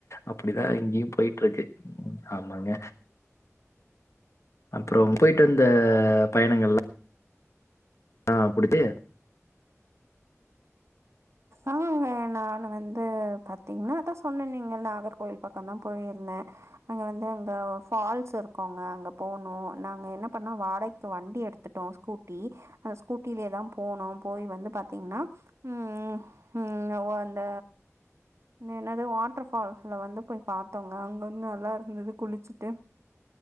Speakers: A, on the left; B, on the right.
A: அப்டிதா இங்யு போயிட்ருக்கு ஆமாங்க அப்றோம் போயிட்டு அந்த பயணங்கள்ள ஆ அப்புடிதே
B: அஹ்ங்க நானு வந்து பாத்தீங்கனா அதா சொன்னனேங்க நாகர்கோயில் பக்கோ தா போயிருந்தே அங்க வந்து அங்க ஃபால்ஸ் இருக்குங்க அங்க போனோ நாங்க என்ன பண்ணோ வாடகைக்கு வண்டி எடுத்துட்டோ ஸ்கூட்டி அந்த ஸ்கூட்டிலியே தா போனோ போய் வந்து பாத்தீங்கனா உம் உம் ஓ அந்த என்ன என்னது வாட்டர் ஃபால்ஸ்ல வந்து போய் பாத்தோங்க அங்க வந்து நல்லா இருந்திது குளிச்சிட்டு